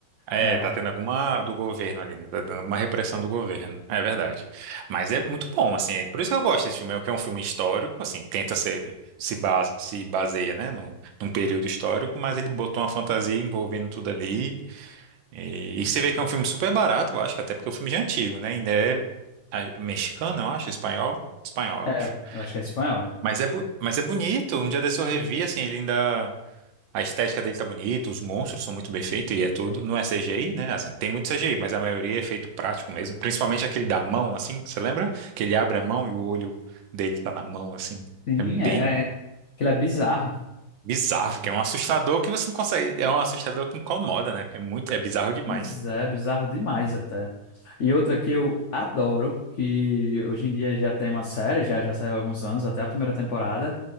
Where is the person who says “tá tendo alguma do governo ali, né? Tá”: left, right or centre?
Right